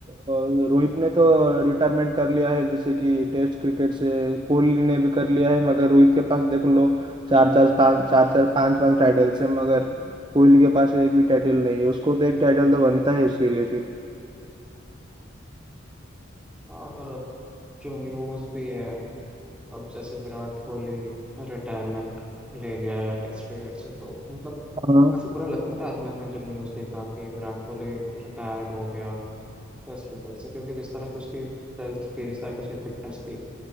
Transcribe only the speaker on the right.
अ, रोहित ने तो रिटायरमेंट कर लिया है जैसे कि टेस्ट क्रिकेट से कोहली ने भी कर लिया है मगर रोहित के पास देख लो चार चार पाँच चार चार पाँच पाँच टाइटल्स है मगर कोहली के पास एक भी टाइटल नहीं है उसको तो एक टाइटल तो बनता है उसके लिए फिर
हाँ